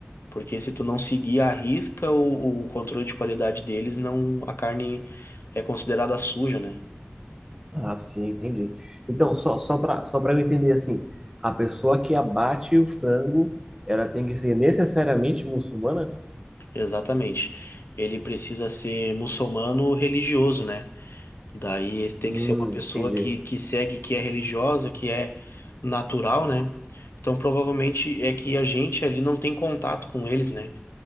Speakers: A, on the left; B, on the right.
A: porque se tu não seguir à risca o, o controle de qualidade deles, não a carne é considerada suja, né?
B: Ah, sim, entendi. Então, só, só para só para eu entender assim, a pessoa que abate o frango, ela tem que ser necessariamente muçulmana?
A: Exatamente. Ele precisa ser muçulmano religioso, né? Daí tem
B: Hum,
A: que ser uma pessoa
B: entendi.
A: que, que segue, que é religiosa, que é natural, né? Então provavelmente é que a gente ali não tem contato com eles, né?